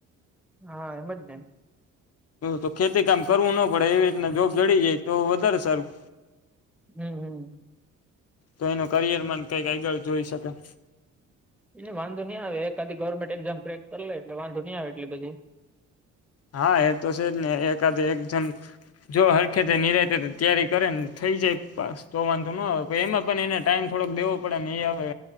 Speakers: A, in the centre; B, on the left.
A: હા એમ જ ને.
B: તો ખેતી કામ કરવું ન પડે એવી રીતના જોબ જડી જાય તો વધારે સારું.
A: હમ હમ.
B: તો એનું કરિયર મન કઈક આગળ જોઈ શકે.
A: એ વાંધો નહં આવે એકા ગવર્મેન્ટ એક્ઝામ્રેક કરી લે એટલે વાંધો નહં આવે. એટલી બધી
B: હા એ તો છે જ ને એકાદ એકજામ જો હરખેતે નિરાતે તૈયારી કરેને થઈ જાય તો વાંધો ન હો એમાં પણ એને ટાઈમ થોડોક દેવો પડે ને એ હવે